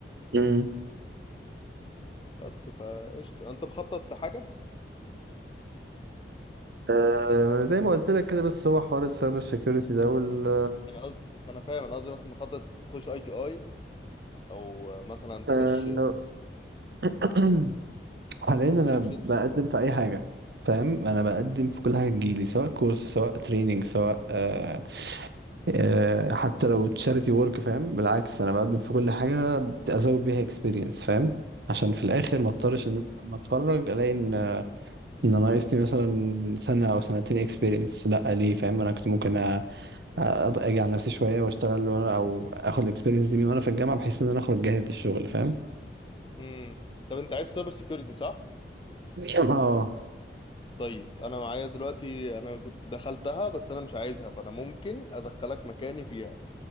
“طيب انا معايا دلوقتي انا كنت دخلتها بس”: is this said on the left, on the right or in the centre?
Left